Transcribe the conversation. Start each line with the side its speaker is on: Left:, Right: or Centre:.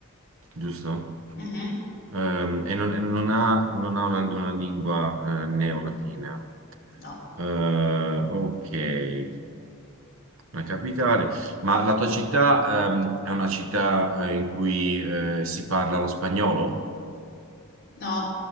Right: giusto?
Left: Mhm.
Right: ehm, e non, e non ha, non ha una, una lingua eh, neolatina.
Left: No,
Right: Eh, ok, una capitale. Ma la tua città ehm, è una città eh, in cui eh, si parla lo spagnolo?
Left: no,